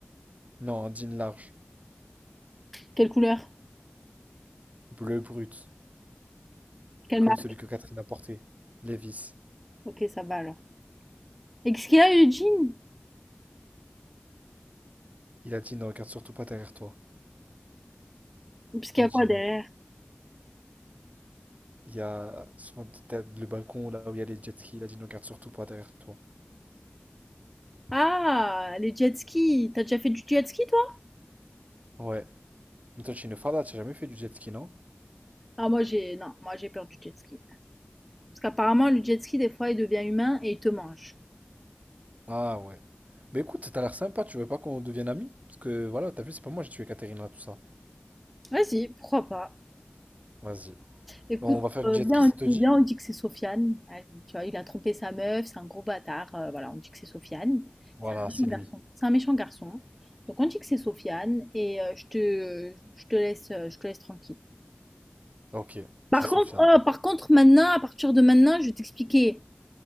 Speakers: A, on the right; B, in the centre.
A: non, un jean large,
B: Quelle couleur?
A: bleu brut,
B: Quelle
A: comme
B: marque?
A: celui que Katerina portait. Lévis.
B: Ok, ça va alors. Et qu'est-ce qu'il a le jean?
A: Il a dit ne regarde surtout pas derrière toi,
B: Parce qu'il
A: le
B: y a
A: jean.
B: quoi derrière?
A: Il y a sur t'as le balcon là où il y a les jet skis. Il a dit ne regarde surtout pas derrière toi.
B: Ah, les jet skis. T'as déjà fait du jet ski toi?
A: Ouais. Mais toi, tu es une farda, t'as jamais fait du jet ski, non?
B: Ah, moi j'ai. Non, moi j'ai peur du jet ski. Parce qu'apparemment le jet ski des fois il devient humain et il te mange.
A: Ah ouais. Mais écoute, t'as l'air sympa, tu veux pas qu'on devienne amis? Parce que voilà, t'as vu, c'est pas moi, j'ai tué Catherine là, tout ça.
B: Vas-y, pourquoi pas?
A: Vas-y.
B: Écoute,
A: On va faire
B: euh,
A: du jet
B: viens,
A: ski, ça te dit?
B: on dit, viens, on dit que c'est Sofiane. Allez, tu vois, il a trompé sa meuf, c'est un gros bâtard. euh, voilà, on dit que c'est Sofiane.
A: Voilà,
B: C'est un méchant
A: c'est lui.
B: garçon. C'est un méchant garçon. Donc on dit que c'est Sofiane et euh, je te, je te laisse, euh, je te laisse tranquille.
A: Ok,
B: Par
A: c'est Sofiane.
B: contre, oh, par contre, maintenant, à partir de maintenant, je vais t'expliquer.